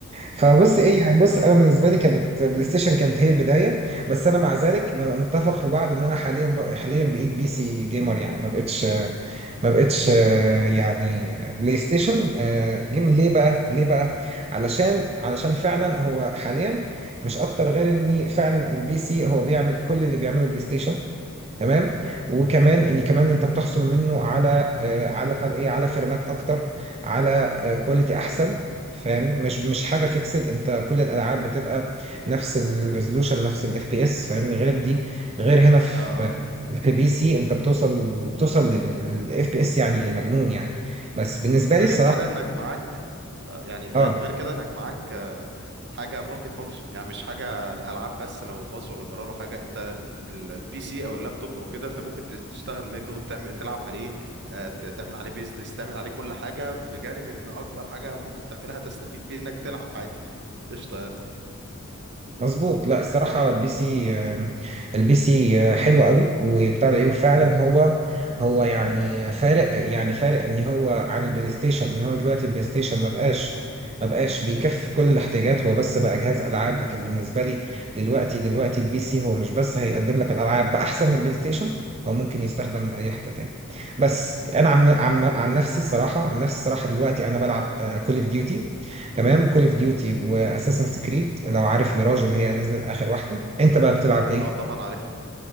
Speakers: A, on the right; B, on the right.
A: فبص
B: اه
A: ايه يعني بص انا بالنسبه لي كانت بلاي ستيشن كانت هي البدايه بس انا مع ذلك ن- نتفق في بعض ان انا حاليا ب... حاليا بقيت بي سي جيمر يعني ما بقتش ما بقتش آه، يعني آه، بلاي ستيشن آه، جيم ليه بقى ليه بقى علشان علشان فعلا هو حاليا مش اكتر غير ان فعلا البي سي هو بيعمل كل اللي بيعمله بلاي ستيشن تمام وكمان ان كمان انت بتحصل منه على آه، على بتاع ده ايه على فريمات اكتر على كواليتي احسن فاهمني مش مش حاجه فيكسد انت كل الالعاب بتبقى نفس الريزولوشن نفس الاف بي اس فاهمني غير دي غير هنا في
B: اه آه.
A: في بي سي انت بتوصل بتوصل للاف بي اس يعني مجنون يعني بس بالنسبه
B: ده
A: لي الصراحه
B: غير كده انك معاك آه، يعني غير
A: اه
B: غير كده انك معاك آه، حاجه مالتي فانكشن يعني مش حاجه الالعاب بس لو باظ ولا جرى له حاجه انت البي سي او اللابتوب او كده انت ممكن تش- تشتغل منه تعمل تلعب عليه آه، ت- تعمل عليه بيزنس تعمل عليه كل حاجه بجانب ان اكبر حاجه ممكن تعملها تستفيد بيه انك تلعب عادي قشطه يعني
A: مظبوط لا الصراحة البي سي آه، البي سي آه، حلو قوي وبتاع ده ايه وفعلا هو هو يعني فارق يعني فارق ان هو عن البلاي ستيشن ان هو دلوقتي البلاي ستيشن ما بقاش ما بقاش بيكفي كل الاحتياجات هو بس بقى جهاز العاب لكن بالنسبة لي دلوقتي دلوقتي البي سي هو مش بس هيقدم لك الالعاب باحسن من البلاي ستيشن هو ممكن يستخدم من اي حتة تاني بس انا عم عم عن نفسي الصراحة عن نفسي الصراحة دلوقتي انا بلعب كول اوف ديوتي تمام كول اوف ديوتي واساسن كريد لو عارف ميراج اللي هي نزلت اخر واحده انت بقى بتلعب ايه
B: اه طبعا عارف